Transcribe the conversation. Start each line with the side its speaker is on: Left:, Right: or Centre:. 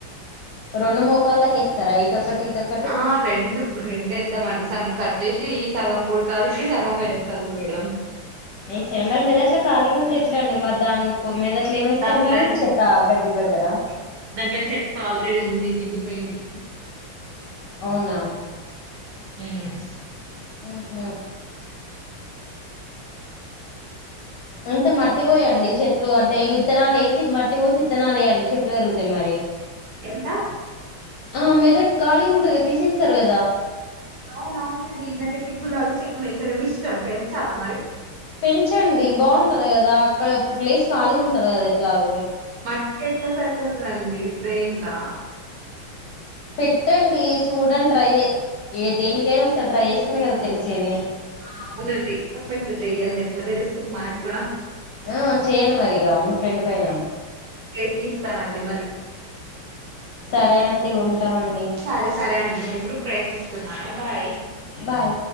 Left: రెండు మో కాళ్ళకేస్తారా ఇటు ఒకటి ఇటు ఒక
Right: ఆ రెండు రెండు ఎద్దామండి సగం కట్చేసి ఈ సగం కూడి కాలుకి సగం ఎడమ్ కాలుకి పెడ్దాం
Left: ఏం చెమ్డల్ మరి మెదట్లా కలిగా ఉంటే ఎట్ల అండి మరి దాన్కు మెదట్ల ఏమెస్తారు
Right: దాంట్లో
Left: మరి చెప్ త గడ్డి పెడతరా
Right: దాన్కి ఆ చెప్ ఆల్రెడీ ఉంది నిండిపోయింది
Left: అవునా
Right: హ్మ్
Left: హ్మ్ హ ఇంత మట్టి పోయండి చెట్లు అంటే విత్తనాలు వేసి మట్టి పోసి విత్తనాలు వేయండి చెట్లు పేరుగ్ తే మరి
Right: ఎల్ల
Left: ఆ మీతోట్ ఖాళీగా ఉంటది కదా తీసేస్తారు కదా
Right: అవునువును అండీ నాకైతే గులాబీ చెట్లు పెంచడం ఇష్టం పెంచాలా మరి
Left: పెంచండి బాగుంటది కదా అక్కడ ప్లేస్ ఖాళీగా ఉంటది కదా ఎట్లాగో
Right: మట్టి ఎట్లా సరిపోతదండి బ్రెయిన్ లా
Left: పెట్టండి సుడన్ ట్రై యే ఏ దేనికైనా ఒకసారి ట్రై చేస్తానే కదా తెలిసేది
Right: ఆ అవునండి ఎక్స్పెరిమెంట్లు చెయ్యండి ఎట్లా తెలుస్తది మనకు కూడా
Left: ఆ చేయండి మరి ఇగ మీ ఫ్రెండ్ పైన
Right: యత్నిస్తానండి మరి
Left: సరే అండి ఉంటామండి
Right: సరే సరే అండి నేను ఇప్పుడు ప్రయత్నిస్తున్నాను బాయ్
Left: బాయ్